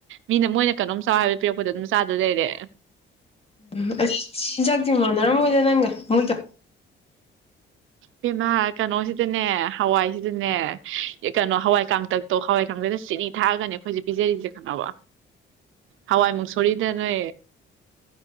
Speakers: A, on the right (about 85°); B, on the left (about 30°).
A: ꯃꯤꯅ ꯃꯣꯏꯅ ꯀꯩꯅꯣꯝ ꯆꯥꯎ ꯍꯥꯏꯕ ꯄꯤꯔꯛꯄꯗꯣ ꯑꯗꯨꯝ ꯆꯥꯗꯧ ꯂꯩꯔꯦ
B: ꯎꯝ ꯑꯩꯁ ꯆꯤꯟꯖꯥꯛꯇꯤ ꯃꯥꯟꯅꯔꯝ ꯃꯣꯏꯗ ꯅꯪꯒ ꯃꯣꯏꯒ
A: ꯢꯕꯦꯝꯃ ꯀꯩꯅꯣꯁꯤꯗꯅꯦ ꯍꯋꯥꯏꯁꯤꯗꯅꯦ ꯀꯩꯅꯣ ꯍꯋꯥꯏ ꯀꯥꯡꯇꯛꯇꯣ ꯍꯋꯥꯏ ꯀꯥꯡꯇꯛꯅ ꯆꯤꯅꯤ ꯊꯥꯛꯑꯒꯅꯦ ꯑꯈꯣꯏꯁꯦ ꯄꯤꯖꯔꯤꯁꯦ ꯈꯪꯉꯕꯣ ꯍꯋꯥꯏꯃꯨꯁꯣꯔꯤꯗꯅꯦ